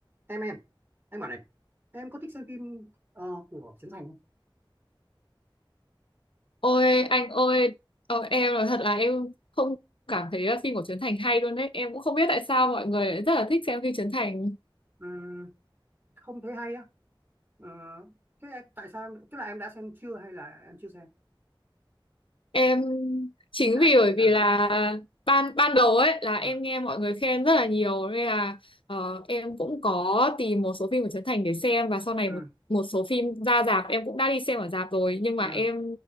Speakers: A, on the right; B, on the left.
A: em em em bảo này em có thích xem phim ờ, của Trấn Thành không
B: Ôi anh ơi, ờ, em nói thật là em không cảm thấy là phim của Trấn Thành hay luôn đấy. Em cũng không biết tại sao mọi người lại rất là thích xem phim Trấn Thành.
A: Ừm, không thấy hay á Ờ, thế tại sao em- tức là em đã xem chưa hay là em chưa xem
B: Em chính
A: đã
B: vì
A: xem
B: bởi
A: phim nào
B: vì là
A: rồi
B: ban ban đầu ấy là
A: ừ
B: em nghe mọi người khen rất là nhiều nên là ờ, em cũng có tìm một số phim của Trấn Thành để xem và sau này
A: ừ
B: một một số phim ra rạp em cũng đã đi xem ở rạp rồi nhưng mà
A: ừ
B: em